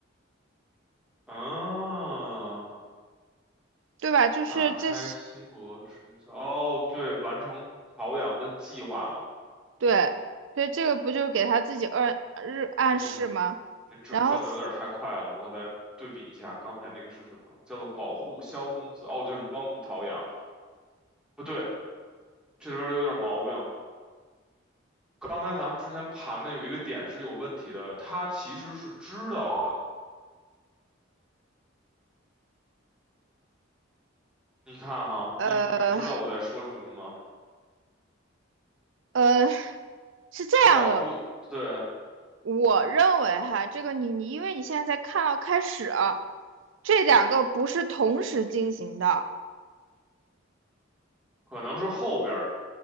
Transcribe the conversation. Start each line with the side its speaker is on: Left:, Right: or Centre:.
Centre: 啊，
Right: 对吧？就是这是
Centre: 打开西国时效，哦，对，完成陶阳的计划嘛。
Right: 对，所以这个不就是给他自己暗日暗示吗？
Centre: 对，那这转的有点太快了，
Right: 然后此
Centre: 我再对比一下，刚才那个是什么？叫做保护萧公子，哦，就是帮助陶阳。不对，这里边有点毛病。刚才咱们之前盘的有一个点是有问题的，他其实是知道的。你看哈，
Right: 呃
Centre: 你你们知道我在说什么吗？
Right: 呃，是这样的，
Centre: 保护，对，
Right: 我认为哈，这个你你因为你现在才看到开始啊这两个不是同时进行的，
Centre: 可能是后边儿，